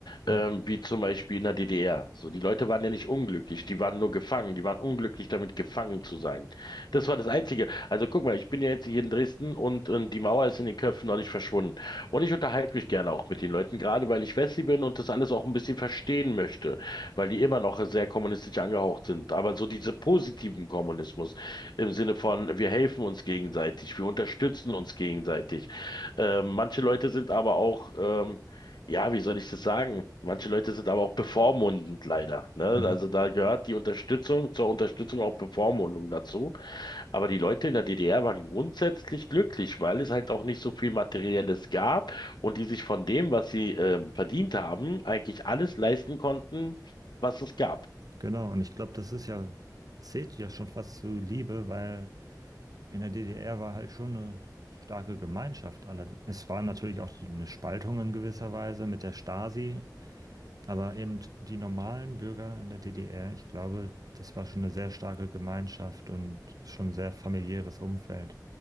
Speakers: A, on the right (about 55°); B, on the left (about 80°).
A: Ja,
B: ähm, wie zum Beispiel in der DDR. So, die Leute waren ja nicht unglücklich, die waren nur gefangen, die waren unglücklich damit gefangen zu sein. Das war das Einzige. Also guck mal, ich bin ja jetzt hier in Dresden und, äh, die Mauer ist in den Köpfen noch nicht verschwunden. Und ich unterhalte mich gerne auch mit den Leuten, gerade weil ich Wessi bin und das alles auch ein bisschen verstehen möchte, weil die immer noch sehr kommunistisch angehaucht sind. Aber so diese positiven Kommunismus im Sinne von, wir helfen uns gegenseitig, wir unterstützen uns gegenseitig. Ähm, manche Leute sind aber auch, ähm, ja, wie soll ich das sagen? Manche Leute sind aber auch bevormundend leider, ne?
A: mhm.
B: Also da gehört die Unterstützung zur Unterstützung auch Bevormundung dazu. Aber die Leute in der DDR waren grundsätzlich glücklich, weil es halt auch nicht so viel Materielles gab und die sich von dem, was sie ähm, verdient haben, eigentlich alles leisten konnten, was es gab.
A: Genau. Und ich glaube, das ist ja, zählt ja schon fast zu Liebe, weil in der DDR war halt schon eine starke Gemeinschaft. Alle- Es war natürlich auch die- eine Spaltung in gewisser Weise mit der Stasi Aber eben die normalen Bürger in der DDR, ich glaube, das war schon eine sehr starke Gemeinschaft und schon ein sehr familiäres Umfeld,